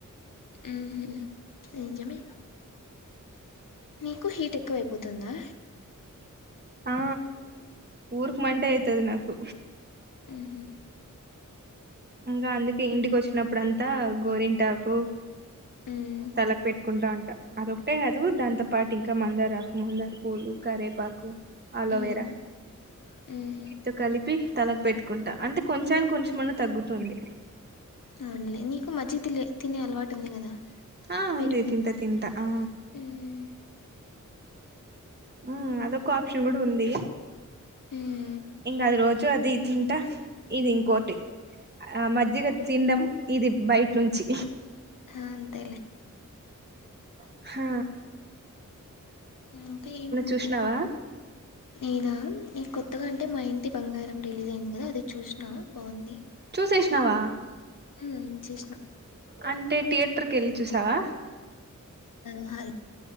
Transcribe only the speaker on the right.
ఆ ఊర్కి మంటే అయితది నాకు
ఇంగ అందుకే ఇంటికోచ్చినప్పుడంతా గోరింటాకు
తలకు పెట్టుకుంటా ఉం అదొకటే కాదు దాంతో పాటు ఇంకా మందారాకు మందార పూలు కరేపాకు అలోవేరా
మీతో కలిపి తలక్ పెట్టుకుంటా అంటే కొంచని కొంచమన్న తగ్గుతుంది
ఆ ఉంది
తింట తింటా ఆ
ఉమ్ అదొక ఆప్షన్ కూడా ఉంది
ఇంకా అది రోజు అది తింటా ఇది ఇంకోటి ఆ మజ్జిగ తిన్నాం ఇది బయట నుంచి
హ
చూసినావా
శేషనవ
అంటే థియేటర్ కేళ్ళి చూసావా